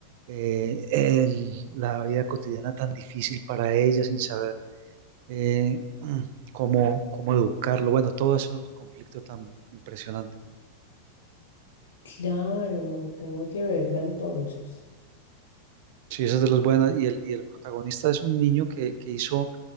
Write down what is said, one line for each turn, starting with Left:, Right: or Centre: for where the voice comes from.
Right: eh, el- la vida cotidiana tan difícil para ella sin saber eh, mm, cómo, cómo educarlo. Bueno, todo ese conflicto tan impresionante.
Left: Claro, no tengo que verla entonces.
Right: Sí, esa es de las buenas. Y el, y el protagonista es un niño que, que hizo